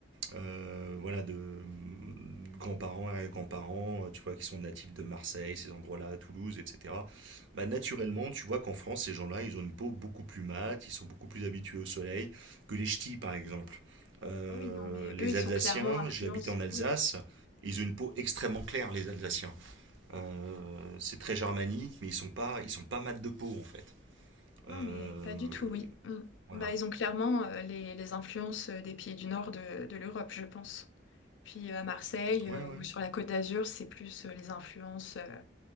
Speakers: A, on the right; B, on the left.
A: euh, voilà, de grands-parents à grands-parents, euh, tu vois, qui sont natifs de Marseille, ces endroits-là, Toulouse, etc. Bah, naturellement, tu vois qu'en France, ces gens-là, ils ont une peau beaucoup plus mate, ils sont beaucoup plus habitués au soleil que les ch'tis, par exemple. Euh,
B: Ah oui, non, mais
A: les
B: eux, ils
A: Alsaciens,
B: sont clairement influence.
A: j'ai habité en Alsace,
B: Oui,
A: ils ont une peau extrêmement claire, les Alsaciens. Euh, c'est très germanique, mais ils sont pas, ils sont pas mat de peau en fait.
B: non,
A: Euh,
B: mais pas du tout. Oui. Mm.
A: voilà.
B: Bah, ils ont clairement euh, les, les influences euh, des pays du nord de de l'Europe, je pense. Puis euh, à Marseille
A: Ouais,
B: euh,
A: ouais.
B: ou sur la Côte d'Azur, c'est plus euh, les influences, euh,